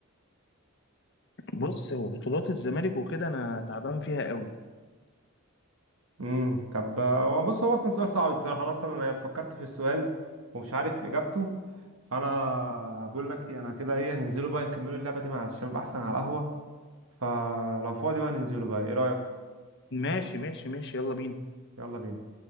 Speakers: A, on the left; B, on the right.
A: بص هو بطولات الزمالك وكده انا تعبان فيها قوي
B: امم طب هو بص هو اصلا سؤال صعب الصراحه انا اصلا انا فكرت في السؤال ومش عارف اجابته فانا بقول لك إيه، انا كده ايه هننزلوا بقى نكملوا اللعبه دي مع الشباب احسن على القهوه فلو فاضي بقى ننزلوا بقى ايه رايك
A: ماشي ماشي ماشي يلا بينا
B: يلا بينا